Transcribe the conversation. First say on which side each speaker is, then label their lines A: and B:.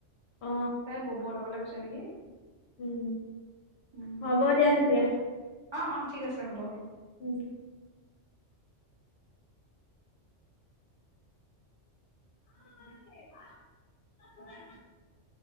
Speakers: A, on the left; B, on the right.
A: অ'
B: তাই বব হেটৰ ঘৰলে গৈছি নেকি?
A: উম
B: উম
A: হ'ব দিয়া তেতিয়া।
B: অ অ ঠিক আছে হ'ব হ'ব।
A: উম <unintelligible>